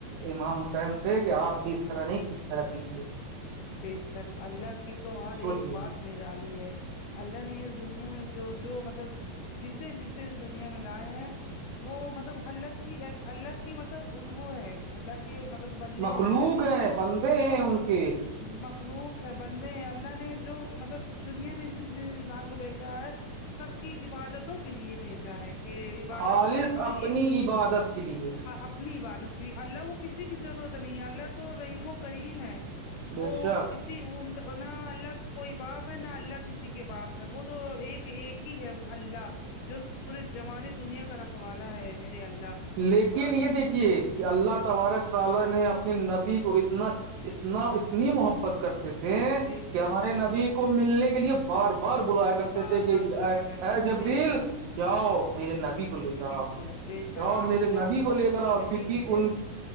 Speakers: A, on the right; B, on the left.
A: امام حسین سے کہ آپ بھی اس طرح نہیں کس طرح کیجیے
B: بے شک اللہ کی تو ہر
A: سوچیے
B: ایک بات ڈالی ہے اللہ نے اس دنیا میں جو جو مطلب جسے جسے اس دنیا میں لائے ہیں وہ مطلب اللہ کی اللہ کی مطلب وہ ہے اللہ کہ مطلب بندے
A: مخلوق
B: ہیں حالانکہ
A: ہیں بندے ہیں
B: میں
A: ان
B: کلو
A: کے
B: مخلوق ہے بندے ہیں اللہ نے جو مطلب دنیا میں جس ج انسان کو بھیجا ہے سب کی عبادتوں کے لیے بھیجا ہے کہ عبادت
A: خالص
B: کرے اور
A: اپنی
B: یہ
A: عبادت کے لیے
B: اپنی عبادت اللہ کو کسی کی ضرورت نہیں اللہ تو رحیم و کریم ہے وہ
A: بے شک
B: کسی کسی ان کا نہ اللہ کا کوئی باپ ہے نہ اللہ کسی کے باپ ہے وہ تو ایک ایک کی ہے وہ اللہ جو پورے جمالی دنیا کا رکھوالا ہے میرے اللہ
A: لیکن
B: اور
A: یہ دیکھیے کہ اللہ تبارک تعالی نے اپنے نبی کو اتنا اتنا اتنی محبت کرتے تھے
B: بے
A: کہ
B: شک
A: ہمارے
B: بے
A: نبی
B: شک
A: کو ملنے کے لیے بار بار بلایا کرتے
B: بار
A: تھے کہ
B: بار بلایا کرتے
A: ہے
B: تھے
A: جبریل
B: بے شک
A: جاؤ میرے نبی کو لے کر
B: نبی
A: آؤ
B: کو بولا بے شک
A: جاؤ
B: آپ
A: میرے
B: کی بات
A: نبی
B: بہت
A: کو لے
B: اچھی
A: کر آؤ
B: لگی
A: کیونکہ
B: مجھے
A: ان